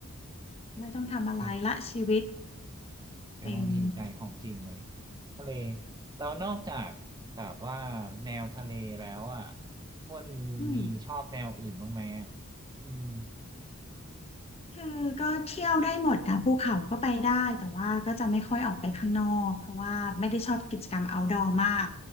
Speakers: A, on the left; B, on the right.
A: ไม่ต้องทำอะไรละชีวิต
B: จริงไปนั่งหิวใจของจริงเลย
A: เป็น
B: ทะเลเรานอกจากแบบว่าแนวทะเลแล้วอ่ะอ้นมีชอบแนวอื่นบ้างไหมอะ
A: อืม
B: อืม
A: คือก็เที่ยวได้หมดนะภูเขาก็ไปได้แต่ว่าก็จะไม่ค่อยออกไปข้างนอกเพราะว่าไม่ได้ชอบกิจกรรม outdoor มาก